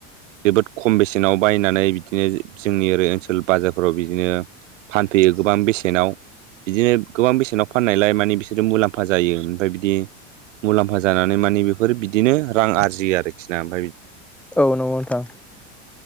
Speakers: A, on the right; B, in the centre.
A: जोबोद खम बेसेनाव बायनानै बिदिनो जोंनि ओरै ओनसोल बाजारफोराव बि बिदिनो फानफैयो गोबां बेसेनाव बिदिनो गोबां बेसेनाव फाननायलाय माने बिसोरो मुलाम्फा जायो ओमफ्राय बिदि मुलाम्फा जानानै माने बेफोर बिदिनो रां आरजियो आरोखि ना ओमफफ्राय
B: औ नंगौ नोंथां